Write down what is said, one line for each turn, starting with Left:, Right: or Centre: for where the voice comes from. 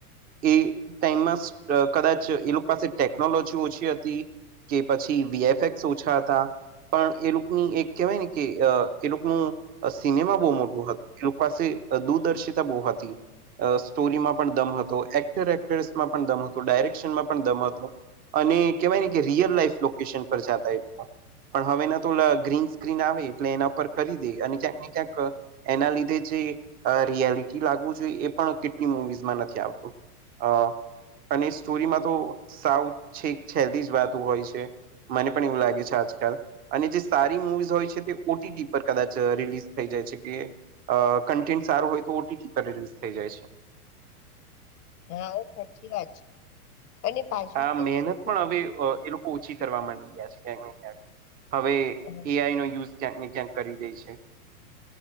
Right: એ ટાઈમમાં કદાચ એ લોકો પાસે ટેકનોલોજી ઓછી હતી કે પછી વીએફએક્સ ઓછા હતા પણ એ લોકોની એક કહેવાય ને કે એ લોકોનું સિનેમા બહુ મોટું હતું એ લોકો પાસે દૂરદર્શિતા બહુ હતી સ્ટોરીમાં પણ દમ હતો એક્ટર એક્ટ્રેસમાં પણ દમ હતો ડાયરેક્શનમાં પણ દમ હતો અને કેહેવાય ને કે રિયલ લાઈફ લોકેશન પર જતા પણ હવે એના તો ગ્રીન સ્ક્રીન આવે એટલે એના પર કરી દે અને ક્યાંક ને ક્યાંક એના લીધે જે રિયાલિટી લાગવું જોઈએ એ પણ કેટલી મુવીઝમાં નથી આવતું અ અને સ્ટોરીમાં તો સાવ છેક છેલ્તી જ વાતો હોય છે મને પણ એવું લાગે છે આજકાલ અને જે સારી મવીિઝ હોય છે તે ઓટીટી પર કદાચ રિલીઝ થઈ જાય છે કે અ કન્ટેન્ટ સારું હોય તો ઓટીટી પર રિલીઝ થઈ જાય છે
Left: હા સાચી વાત છે અને પાછું
Right: આ
Left: કેવું
Right: મહેનત
Left: છે
Right: પણ
Left: કે
Right: હવે એ ઓછી કરવા માંડી ગયા છે ક્યાંક ને ક્યાંક હવે
Left: હમ.
Right: એઆઈ નો યુઝ ક્યાંકને ક્યાંક કરી દે છે